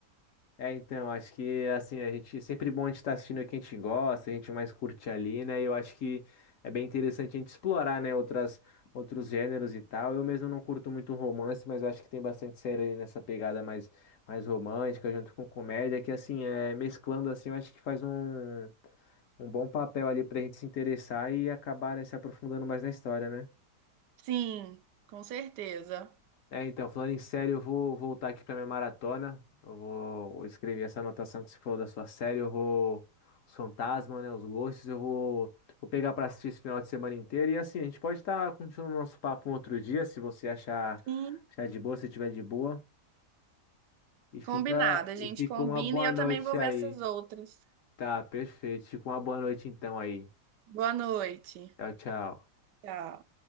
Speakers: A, on the left; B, on the right.
A: É, então, acho que assim, a gente sempre bom a gente estar assistindo o que a gente gosta, a gente mais curte ali, né? E eu acho que é bem interessante a gente explorar, né, outras outros gêneros e tal. Eu mesmo não curto muito romance, mas eu acho que tem bastante série ali nessa pegada mais mais romântica junto com comédia, que assim, é mesclando assim, eu acho que faz um um bom papel ali pra gente se interessar e acabar, né, se aprofundando mais na história, né?
B: Sim, com certeza.
A: É, então, falando em série, eu vou voltar aqui para minha maratona. Eu vou escrever essa anotação que você falou da sua série. Eu vou. Os fantasmas, né? Os gostos. Eu vou, vou pegar para assistir esse final de semana inteiro. E assim, a gente pode estar continuando o nosso papo um outro dia, se você achar,
B: Sim.
A: achar de boa, se tiver de boa. E fica,
B: Combinado, a
A: e
B: gente
A: fica
B: combina
A: uma boa
B: e eu
A: noite
B: também vou
A: aí.
B: ver essas outras.
A: Tá, perfeito. Fica uma boa noite então aí.
B: Boa noite.
A: Tchau, tchau.
B: Tchau.